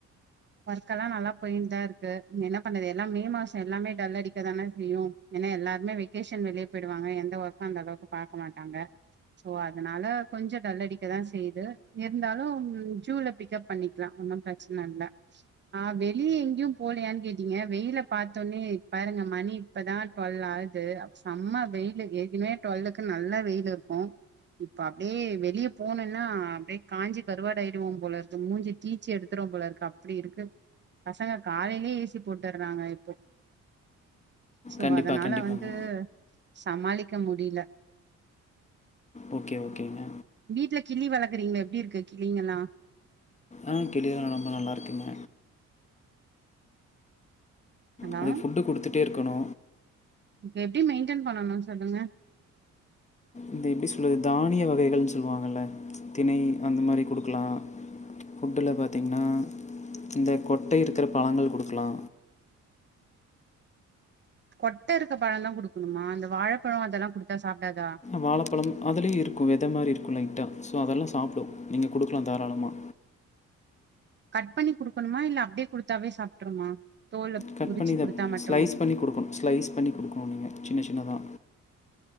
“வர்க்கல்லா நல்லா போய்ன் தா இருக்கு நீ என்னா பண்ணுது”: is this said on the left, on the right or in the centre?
Right